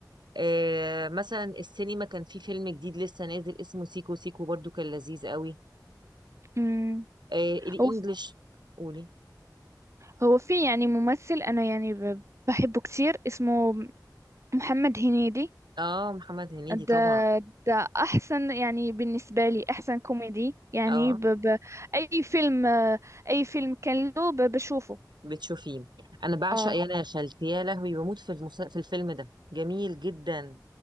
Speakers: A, on the right; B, on the right.
A: آه مثلا السينما كان في فيلم جديد لسه نازل اسمه سيكو سيكو برضو كان لذيذ قوي
B: أمم.
A: آه الانجليش
B: هو
A: قولي
B: هو في يعني ممثل أنا يعني ب- بحبه كتير اسمه محمد هنيدي
A: اه محمد هنيدي
B: ده
A: طبعا
B: ده أحسن يعني بالنسبة لي أحسن كوميدي يعني
A: اه
B: ب ب أي فيلم آه، أي فيلم كان له ب- بشوفه
A: بتشوفيه انا بعشق
B: آه
A: يانا يا خالتي يا لهوي بموت في المس... في الفيلم ده جميل جدا